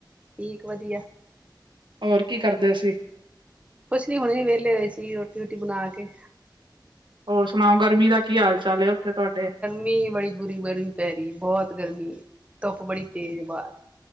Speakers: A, on the right; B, on the right.
A: ਠੀਕ ਵਦੀਆ।
B: ਹੋਰ ਕੀ ਕਰਦੇ ਸੀ?
A: ਕੁਛ ਨੀ ਹੋਣੇ ਵੇਲੇ ਹੋਏ ਸੀ, ਰੋਟੀ-ਰੂਟੀ ਬਨਾ ਕੇ।
B: ਹੋਰ ਸੁਨਾਓ ਗਰਮੀ ਦਾ ਕੀ ਹਾਲ-ਚਾਲ ਐ ਓਥੇ ਤੁਆਡੇ?
A: ਮੀ ਬੜੀ ਬੁਰੀ ਗਰਮੀ ਪੈ ਰੀ ਬੋਹਤ ਗਰਮੀ ਏ, ਧੋੱਪ ਬੜੀ ਤੇਜ਼ ਏ ਬਾਰ।